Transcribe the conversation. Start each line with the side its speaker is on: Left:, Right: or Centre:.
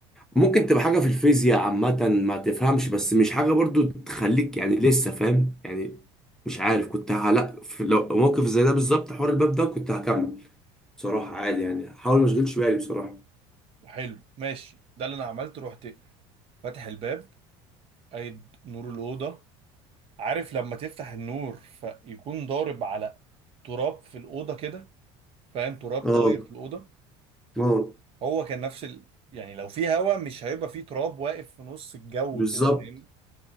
Centre: ممكن تبقى حاجة في الفيزياء عامة ما تفهمش بس مش حاجة برضو تخليك يعني لسه فاهم يعني مش عارف كنت ه- لا في لو موقف زي ده بالظبط حوار الباب ده كنت هكمل بصراحة عادي يعني حاول ما اشغلش بالي بصراحة
Right: حلو ماشي ده اللي انا عملته رحت فاتح الباب قايد نور الاوضه عارف لما تفتح النور فيكون ضارب على تراب في الاوضه كده فاهم تراب طاير
Centre: اه
Right: في الاوضه
Centre: اه
Right: هو كان نفس ال... يعني لو في هوا مش هيبقى في تراب واقف في نص الجو
Centre: بالظبط
Right: كده فاهمني